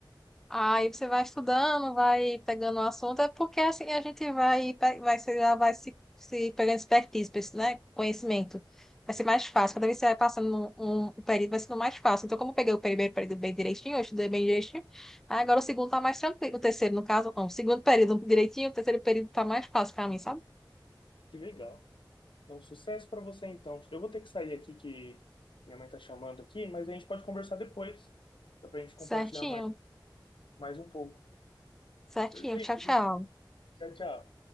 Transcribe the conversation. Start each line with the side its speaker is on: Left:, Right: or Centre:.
Centre: Aí você vai estudando, vai pegando o assunto, é porque assim a gente vai, pe- vai, se- já vai se, se pegando expertise, pra né? Conhecimento. Vai ser mais fácil. Cada vez que você vai passando um, um um período, vai sendo mais fácil. Então, como eu peguei o primeiro período bem direitinho, eu estudei bem direitinho, aí agora o segundo tá mais tranquilo. O terceiro, no caso, não. O segundo período direitinho, o terceiro período tá mais fácil pra mim, sabe?
Left: Que legal. Então, sucesso para você então. Eu vou ter que sair aqui que minha mãe tá chamando aqui, mas a gente pode conversar depois. Dá pra gente compartilhar
Centre: Certinho,
Left: mais, mais um pouco.
Centre: certinho.
Left: Perfeito.
Centre: Tchau, tchau.
Left: Tchau, tchau.